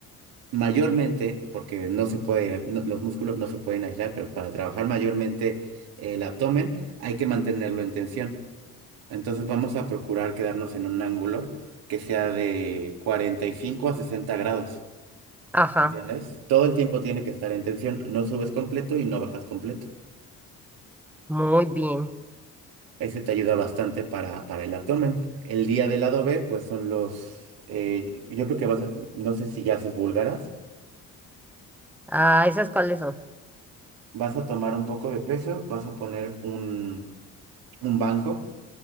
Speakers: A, on the right; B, in the centre.
A: mayormente, porque no se puede, no- los músculos no se pueden aislar, pero para trabajar mayormente el abdomen hay que mantenerlo en tensión. Entonces vamos a procurar quedarnos en un ángulo que sea de 45 a 60 grados,
B: ajá,
A: ¿me entiendes? Todo el tiempo tiene que estar en tensión, no subes completo y no bajas completo.
B: muy bien.
A: Ese te ayuda bastante para, para el abdomen. El día del lado B, pues son los... eh, yo creo que vas a- no sé si ya haces búlgaras.
B: Ah, ¿esas cuáles son?
A: Vas a tomar un poco de peso, vas a poner un, un banco,